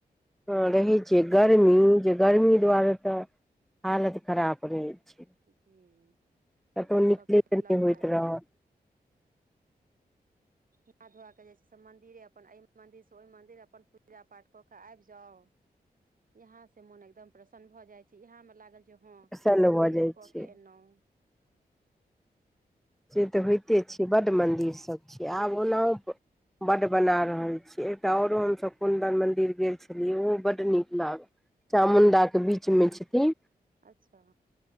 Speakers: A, in the centre; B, on the right.
A: ह रहै छियै गर्मी जे गर्मी दुआरे तऽ हालत खराब रहै छै।
B: जी तऽ
A: कतहु
B: अपन
A: निकलैत
B: सब सोचलक
A: नहि होइत रहत
B: ना, धोआ कऽ जेइ छै से मन्दिरे अपन एहि मन्दिर सँ ओहि मन्दिर अपन पूजा पाठ कऽ कऽ आबि जाउ। यहाँ सँ मोन एकदम प्रसन्न भऽ जाइ छै, एतयमे लागल। जे हँ
A: प्रसन्न
B: कोनो
A: भऽ
B: तीर्थ
A: जाइ
B: कके
A: छै
B: एनहु
A: से तऽ होइते छैयै बड्ड मन्दिरसभ छैयै आब ओनाहो बड्ड बना रहल छी एकटा आओरो हमसभ कुन्दन मन्दिर गेल छलियै ओहो बड्ड नीक लागल चामुण्डाक
B: अच्छा
A: के बीच मे छथिन
B: अच्छा